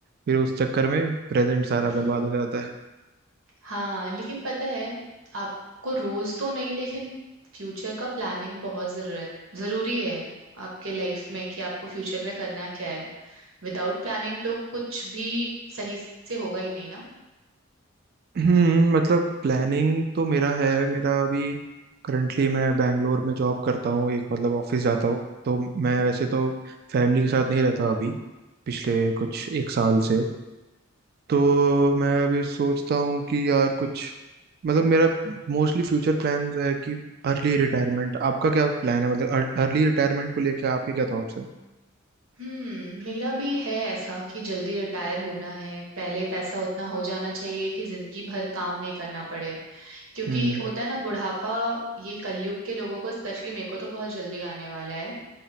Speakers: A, on the right; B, on the right.
A: फिर उस चक्कर में प्रेजेंट सारा
B: <laughs>
A: बर्बाद हो जाता है
B: हाँ लेकिन पता है आपको रोज तो नहीं लेकिन फ्यूचर का प्लानिंग बहुत जरूरत जरूरी है आपके लाइफ में कि आपको फ्यूचर में करना क्या है विदाउट प्लानिंग तो कुछ भी सही से होगा ही नहीं ना
A: हम्म मतलब प्लानिंग तो मेरा है मेरा अभी करंटली मैं बैंगलोर में जॉब करता हूँ एक मतलब ऑफिस जाता हूँ तो मैं वैसे तो फैमिली के साथ नहीं रहता अभी पिछले कुछ एक साल से तो मैं अभी सोचता हूँ कि यार कुछ मतलब मेरा मोस्टली फ्यूचर प्लान है कि अर्ली रिटायरमेंट आपका क्या प्लान है मतलब अर्ली रिटायरमेंट को लेके आपके क्या थॉट्स है
B: हम्म मेरा भी है ऐसा कि जल्दी रिटायर होना है पहले पैसा उतना हो जाना चाहिए कि जिंदगी भर काम नहीं करना पड़े क्योंकि
A: हम्म
B: होता है ना बुढ़ापा ये कलयुग के लोगों को स्पेशली मेरे को तो बहुत जल्दी आने वाला है